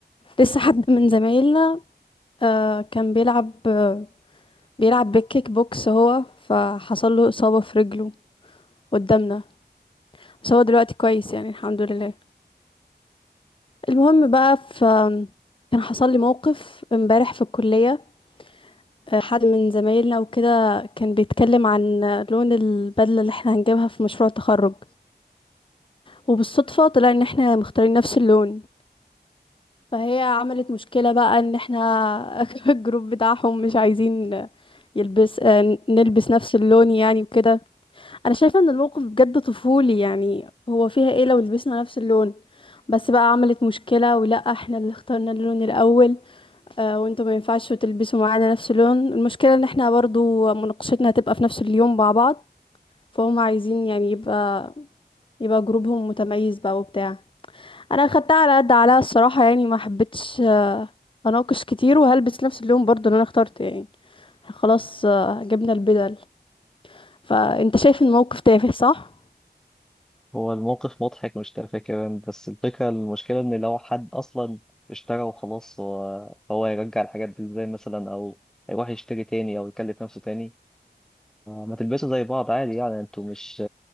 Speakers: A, on the left (about 30°); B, in the centre.
A: لسه حد من زمايلنا آه، كان بيلعب آه، بيلعب بالكيك بوكس هو فحصل له إصابة في رجله قدامنا بس هو دلوقتي كويس يعني الحمد لله المهم بقى ف كان حصل لي موقف امبارح في الكلية آه، حد من زمايلنا وكده كان بيتكلم عن لون البدلة اللي احنا هنجيبها في مشروع التخرج وبالصدفة طلع ان احنا مختارين نفس اللون فهي عملت مشكلة بقى ان احنا <laughs> الجروب بتاعهم مش عايزين يلبس آه، نلبس نفس اللون يعني وكده انا شايفة ان الموقف بجد طفولي يعني هو فيها ايه لو لبسنا نفس اللون بس بقى عملت مشكلة ولا احنا اللي اخترنا اللون الاول آه، وانتوا ما ينفعش تلبسوا معانا نفس اللون المشكلة ان احنا برضو مناقشتنا هتبقى في نفس اليوم مع بعض فهم عايزين يعني يبقى يبقى جروبهم متميز بقى وبتاع انا خدتها على قد عليها الصراحه يعني ما حبيتش آه، اناقش كتير وهلبس نفس اللون برضو اللي انا اخترته يعني إحنا خلاص آه، جبنا البدل فانت شايف الموقف تافه صح
B: هو الموقف مضحك مش تافه كمان بس الفكرة المشكلة إن لو حد أصلا اشترى وخلاص هو هو هيرجع الحاجات دي إزاي مثلا أو هيروح يشتري تاني أو يكلف نفسه تاني ما تلبسوا زي بعض عادي يعني أنتوا مش